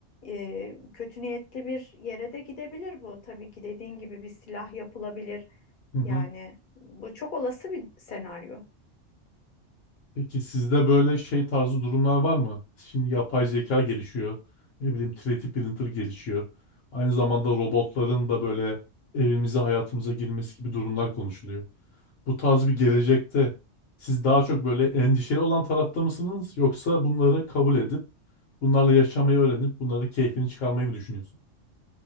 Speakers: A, on the left; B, on the left.
A: e, kötü niyetli bir yere de gidebilir bu. Tabii ki dediğin gibi bir silah yapılabilir.
B: hı hı.
A: Yani bu çok olası bir senaryo.
B: Peki sizde böyle şey tarzı durumlar var mı? Şimdi yapay zeka gelişiyor. Ne bileyim 3D printer gelişiyor. Aynı zamanda robotların da böyle evimize hayatımıza girmesi gibi durumlar konuşuluyor. Bu tarz bir gelecekte siz daha çok böyle endişeli olan tarafta mısınız? Yoksa bunları kabul edip bunlarla yaşamayı öğrenip bunların keyfini çıkarmayı mı düşünüyorsunuz?